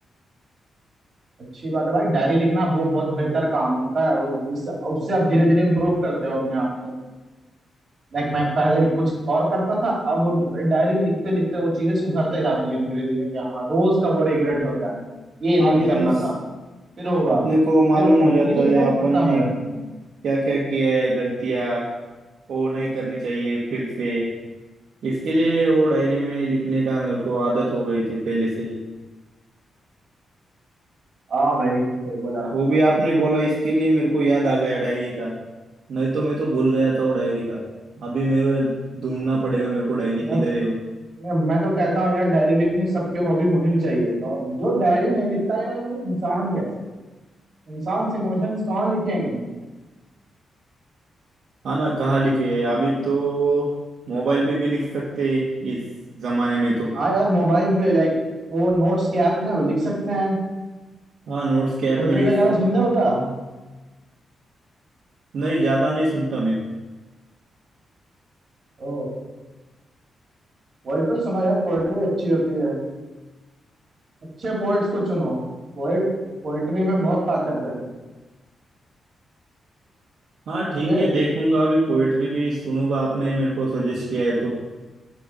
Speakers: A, on the right; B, on the right.
A: अच्छी बात है भाई डायरी लिखना वो बहुत बेहतर काम होता है वो इस, उससे आप धीरे धीरे इम्प्रूव करते हो अपने आप को लाइक मैं पहले कुछ और करता था अब वो डायरी लिखते लिखते वो चीजें सुधरते जाती हैं धीरे धीरे क्या हाँ रोज का वो रिग्रेट होता है ये
B: हाँ
A: नहीं
B: मीन्स
A: करना था फिर होगा
B: अपने को मालूम
A: फिर हो
B: हो जाता
A: धीरे धीरे
B: है
A: वो
B: अपन
A: खत्म हो
B: ने
A: जाते हैं
B: क्या क्या किया है गलतियाँ वो नहीं करनी चाहिए फिर से इसके लिए वो डायरी में लिखने का मेरे को आदत हो गई थी पहले से ही
A: हाँ भाई सही बोला
B: वो भी आपने बोला इसके लिए मेरे को याद आ गया डायरी का नहीं तो मैं तो भूल गया था वो डायरी का अभी मैं ढूंढना पड़ेगा मेरे को डायरी
A: मैं
B: किधर है वो
A: तो मैं तो कहता हूँ यार डायरी लिखनी सबकी हॉबी होनी चाहिए और जो डायरी नहीं लिखता है यार वो इंसान कैसे इंसान से इमोशंस कहाँ लिखेंगे
B: हाँ ना कहाँ लिखे है अभी तो मोबाइल पे भी लिख सकते हैं इस जमाने में तो
A: हाँ यार मोबाइल पे लाइक वो नोट्स के ऐप में वो लिख सकते हैं
B: हाँ नोट्स के ऐप
A: पोएट्री
B: में लिख
A: वगैरह
B: सक
A: सुनते हो क्या
B: नहीं ज्यादा नहीं सुनता मैं
A: ओ पोएट्री सुनो यार पोएट्री अच्छी होती है अच्छे पोएट्स को चुनो पोएट पोएट्री में बहुत ताकत है
B: हाँ ठीक
A: समझे
B: है देखूंगा अभी पोइट्री भी सुनूंगा आपने मेरे को सजेस्ट किया है तो